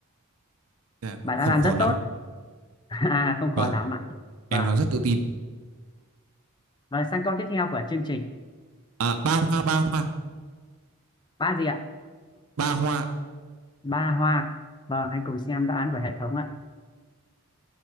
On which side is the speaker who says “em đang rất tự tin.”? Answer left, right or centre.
Right